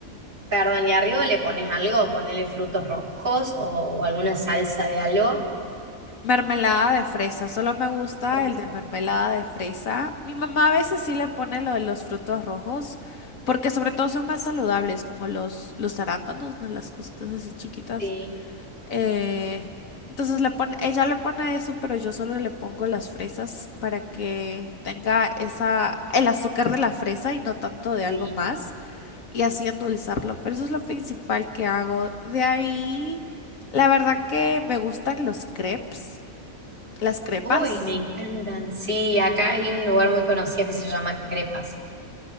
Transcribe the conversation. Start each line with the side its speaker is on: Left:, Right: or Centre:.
Right: perdón, y arriba le pones algo, ponele frutos rojos o, o alguna salsa de algo.
Left: Mermelada de fresa, solo me gusta
Right: Qué Rico.
Left: el de mermelada de fresa. Mi mamá a veces sí le pone lo de los frutos rojos, porque sobre todo son más saludables, como los, los arándanos, ¿no? Las cositas así chiquitas.
Right: Sí,
Left: Eh, entonces le pone, ella le pone eso, pero yo solo le pongo las fresas para que tenga esa, el azúcar de la fresa y no tanto de
Right: sí.
Left: algo más, y así endulzarlo. Pero eso es lo principal que hago. De ahí, la verdad que me gustan los crepes. Las crepas.
Right: Uy, me encantan. Sí, acá hay un lugar muy conocido que se llama Crepas.